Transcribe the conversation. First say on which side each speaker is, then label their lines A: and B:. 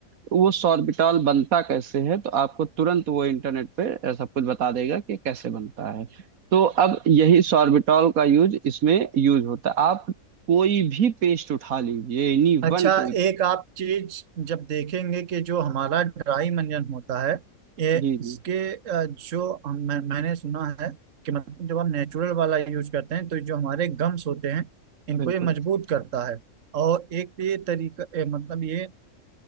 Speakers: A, on the right; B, on the right.
A: वो सॉर्बिटॉल बनता कैसे है तो आपको तुरंत वो इंटरनेट पे अ, सब कुछ बता देगा कि कैसे बनता है तो अब यही सॉर्बिटॉल का यूज इसमें यूज होता है आप कोई भी पेस्ट उठा लीजिए एनी
B: अच्छा
A: वन कोई
B: एक आप चीज जब देखेंगे कि जो हमारा ड्राई मंजन होता है ये
A: जी
B: इसके
A: जी
B: अ, जो हम- मैं, मैंने सुना है कि मतलब जब हम नेचुरल वाला यूज करते हैं तो जो हमारे गम्स होते हैं इनको
A: बिल्कुल
B: ये मजबूत करता है और एक ये तरीका ए, मतलब ये